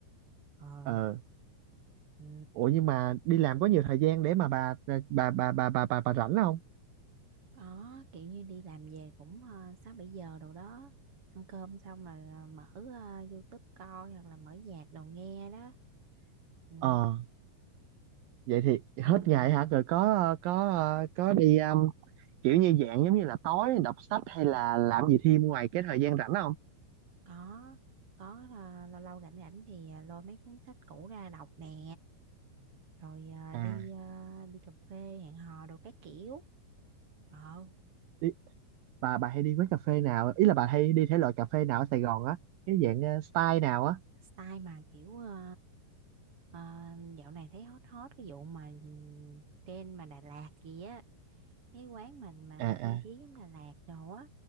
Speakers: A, on the right (about 35°); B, on the right (about 70°).
A: Ờ,
B: ờ
A: ừ.
B: ủa nhưng mà đi làm có nhiều thời gian để mà bà bà bà bà bà bà, bà rảnh không
A: Có kiểu như đi làm về cũng ờ, 6-7 giờ đồ đó Ăn cơm xong rồi ờ, mở ờ, YouTube coi hoặc là mở nhạc đồ nghe đó ừ.
B: ờ vậy thì
A: Ừ.
B: hết ngày hả rồi có ờ, có ờ, có đi um, kiểu như dạng giống như là tối đọc sách hay là làm gì thêm ngoài cái thời gian rảnh không
A: Có có ờ, lâu lâu rảnh rảnh thì ờ, lôi mấy cuốn sách cũ ra đọc nè Rồi ờ,
B: à
A: đi ờ, đi cà phê hẹn hò đồ các kiểu Ờ
B: đi, bà bà hay đi quán cà phê nào ý là bà hay đi thể loại cà phê nào ở Sài Gòn á cái dạng ờ, style nào á
A: style mà kiểu ờ, ờ, dạo này thấy hot hot cái vụ mà nhìn trend mà Đà Lạt gì á cái quán mình mà
B: à
A: mà trang
B: à
A: trí giống Đà Lạt đồ á